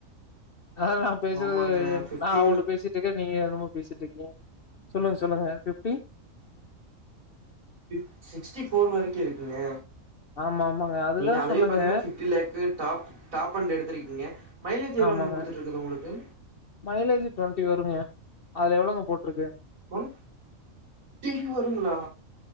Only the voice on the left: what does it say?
அதா நா பேசுறது
நா ஒன்னு பேசிட் டுக்கே நீங்க என்னமோ பேசிட்ருக்கீங்க சொல்லுங்க சொல்லுங்க ஃபிப்டி
ஆமா ஆமாங்க அதுதா
சொன்னேங்க
ஆமாங்க
மைலேஜ் டொண்டி வருங்க அதுல எவ்ளோங்க போட்ருக்கு